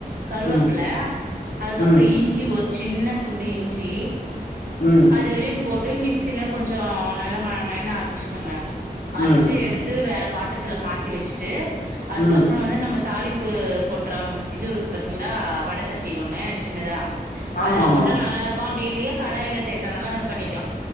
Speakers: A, on the right; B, on the left.
A: கருவேப்ல
B: ம்
A: அதுக்கப்றோ
B: ம்
A: இஞ்சி ஒரு சின்ன துண்டு இஞ்சி
B: ம்
A: அதுவரையு போட்டு மிக்சியில கொஞ்சோ நல்ல மய மயனு அரச்சிக்கோங்க அரச்சு
B: ம்
A: எடுத்து வேற பாத்திரத்ல மாத்தி வச்சுட்டு அதுக்கப்பறோ
B: ம்
A: வந்து நம்ம தாளிப்பு கொற்றம் இது இருக்கு பாத்தீங்ளா வடசட்டி ஒன்னு சின்னதா
B: ஆமா
A: அதுல
B: ஆமா
A: போட்டா நல்லா இருக்கு பா அப்டி இல்லையே கடாயிலல செய்யறந்தாலா பண்ணிக்கலா